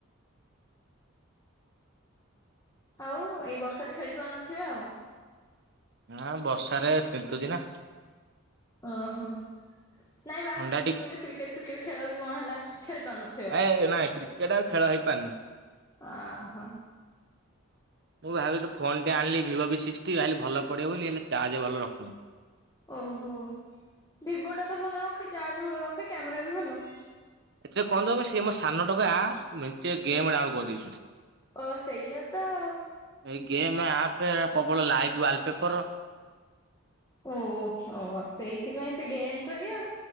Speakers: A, on the left (about 15°); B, on the right (about 50°).
A: ଆଉ ଏଇ ବର୍ଷାରେ ଖେଳି ପାରୁନଥିବେ ଆଉ?
B: ହଁ ବର୍ଷାରେ ତିନ୍ତୁଚି ନା।
A: ଓହୋ ନାଇଁ ବାହାରକୁ
B: ଥଣ୍ଡା
A: ଯାଇକି
B: ଟି
A: ତମେ ଯୋଉ କ୍ରିକେଟ ଫ୍ରିକେଟ ଖେଳ କି କଣ ହେଲା ଖେଳି ପାରୁନ?
B: ଆ ନାଇଁ କ୍ରିକେଟ ଆଉ ଖେଳ ହେଇପାରିନି।
A: ଓହୋ।
B: ମୁଁ ଭାବିଲି ଫୋନ ଟେ ଆଣିଲି ଭିବୋ ଭି ସିକ୍ସଟି ଭାଇଲି ଭଲ ପଡିବ ବୋଲି ହେଲେ ଚାର୍ଜ ଭଲ ରଖୁନି।
A: ଓହୋ ଭିବୋ ଟା ତ ଭଲ ରଖେ। ଚାର୍ଜ ଭଲ ରଖେ କ୍ୟାମେରା ବି ଭଲ।
B: ଏଥିରେ କଣ ନା ସେ ମୋ ସାନ ଟାେକା ମେଞ୍ଚେ ଗେମ୍ ଡାଉନ କରିଦେଇଚି।
A: ଓ ସେଇଗୁରା ତ ଆଉ।
B: ଏଇ ଗେମ୍ ଆପ, ପ୍ରବଳ ଲାଇଭ୍ ୱାଲ ପେପର।
A: ଓହୋ ସେଇଥିପାଇଁ ସେ ଗେମ ପାଇ ଆଉ।